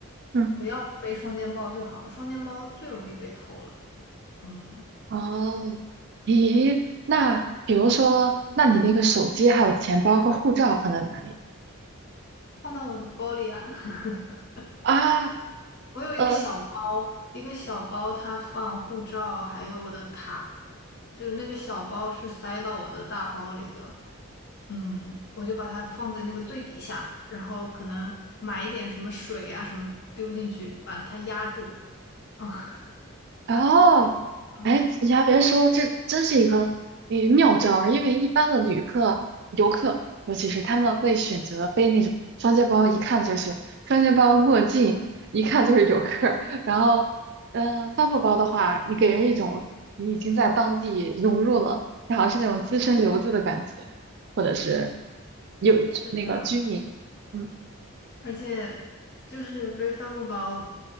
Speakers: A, on the right (about 50°); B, on the left (about 50°).
A: 嗯。
B: 不要背双肩包就好，双肩包最容易被偷了。嗯，
A: 哦，咦，那比如说，那你那个手机还有钱包和护照放在哪里
B: 放到我的包里啊。<laughs>
A: 啊，啊
B: 我有一个小包，
A: 呃，
B: 一个小包，它放护照，还有我的卡，就那个小包是塞到我的大包里的。嗯，我就把它放在那个最底下，然后可能买一点什么水啊什么丢进去，把它压住。嗯 <laughs>
A: 哦，
B: 嗯，
A: 哎，你还别说，这真是一个诶妙招儿因为一般的旅客、游客，尤其是他们会选择背那种双肩包，一看就是双肩包、墨镜，一看就是游客儿然后，嗯，帆布包的话，你给人一种你已经在当地融入了，你好像是那种资深留子的感觉，或者是有那个居民，
B: 是的，
A: 嗯，
B: 而且就是背帆布包，